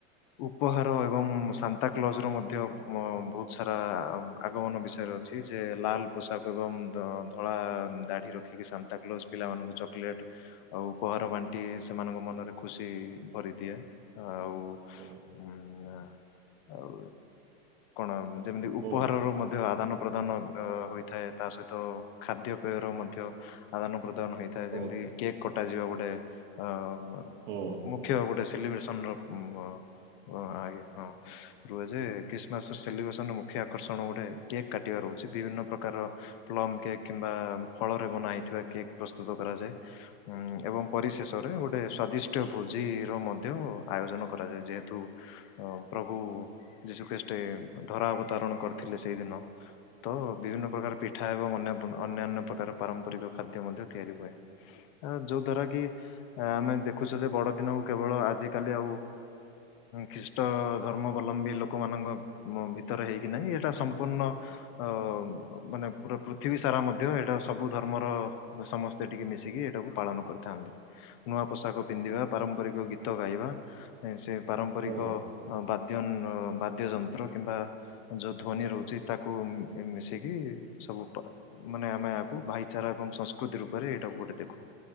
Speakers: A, on the left; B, on the right.
A: ଉପହାର ଏବଂ ସାନ୍ତା କ୍ଲଜର ମଧ୍ୟ ବହୁତ ସାରା ଆଗମନ ବିଷୟରେ ଅ ଅଛି ଯେ ଲାଲ ପୋଷାକ ଏବଂ ଧଳା ଦାଢି ରଖିକି ଶାନ୍ତି ତା କ୍ଲୋଜ ପିଲାମାନଙ୍କୁ ଚକୋଲେଟ୍ ଆଉ ଉପହାର ବାଣ୍ଟି ସେମାନଙ୍କ ମନରେ ଖୁସି ଭରି ଦିଏ। ଆଉ
B: ହୁଁ।
A: ଉଁ ଆଉ କଣ ଯେମିତି ଉପହାରରୁ
B: ହୁଁ
A: ମଧ୍ୟ ଆଦାନ ପ୍ରଦାନ ଅ ହୋଇଥାଏ। ତା ସହିତ ଖାଦ୍ୟ ପେୟର ମଧ୍ୟ ଆଦାନ ପ୍ରଦାନ ହୋଇ ଥା
B: ହୁଁ
A: ଯେମିତିକ
B: ହୁଁ
A: କେକ୍ କଟାଯିବା ଗୋଟେ ଅ
B: ହୁଁ ହୁଁ।
A: ମୁଖ୍ୟ ଗୋଟେ ସେଲିବ୍ରେସନ ର ଉ ର ଅ ଆ ଇ ହଁ। ରୁହେ ଯେ ଖ୍ରୀଷ୍ଟମାସ ସେଲିବେସନ ର ମୁଖ୍ୟ ଆକର୍ଷଣ ଗୋଟେ କେକ୍ କାଟିବା ରହୁଛି ବିଭିନ୍ନ ପ୍ରକାର ପ୍ଲମ କେକ୍ କିମ୍ବା ଫଳରେ ବନା ହେଇଥିବା କେକ୍ ପ୍ରସ୍ତୁତ କରାଯାଏ। ଉଁ ଏବଂ
B: ହୁଁ
A: ପରିଶେଷରେ ଗୋଟେ ସ୍ଵାଦିଷ୍ଟ ଭୋଜିର ମଧ୍ୟ ଆୟୋଜନ କରାଯାଏ ଯେହେତୁ ଅ ପ୍ରଭୁ ଯୀଶୁଖେଷ୍ଟେ ଧରା ଅବତାରଣ କରିଥିଲେ ସେଇଦିନ। ତ ବିଭିନ୍ନ ପ୍ରକାର ପିଠା ଏବଂନ୍ୟ ଅନ୍ୟାନ୍ୟ ପ୍ରକାର ପାରମ୍ପରିକ ଖାଦ୍ୟ ମଧ୍ୟ ତିଆରି ହୁଏ। ଯୋଉ ଦ୍ଵାରା କି ଆମେ ଦେଖୁଛୁ ଯେ ବଡ଼ଦିନକୁ କେବଳ ଆଜିକାଲି ଆଉ ଖ୍ରୀଷ୍ଟ ଧର୍ମାବଲମ୍ବୀ ଲୋକମାନଙ୍କ ମ ଭିତରେ ହେଇକି ନାହିଁ ଏଇଟା ସମ୍ପୂର୍ଣ୍ଣ ଅ ମାନେ ପୁରା ପୃଥିବୀ ସାରା ମଧ୍ୟ ଏଇଟା ସବୁ ଧର୍ମର ସମସ୍ତେ ଟିକେ ମିଶିକି ଏଇଟାକୁ ପାଳନ କରିଥାନ୍ତି। ନୂଆ ପୋଷାକ ପିନ୍ଧିବା ପାରମ୍ପରିକ ଗୀତ ଗାଇବା ସେ ପାରମ୍ପରିକ
B: ହୁଁ
A: ଅ ବାଦ୍ୟ ନ ବାଦ୍ୟ ଯନ୍ତ୍ର କିମ୍ବା ଯଉ ଧ୍ୱନି ରହୁଛି ତାକୁ ମିଶିକି ସବୁ ପ ମାନେ ଆମେ ଆକୁ ଭାଇଚାରା ଏବଂ ସଂସ୍କୃତି ରୂପରେ ଏଇଟାକୁ ଗୋଟେ ଦେଖୁ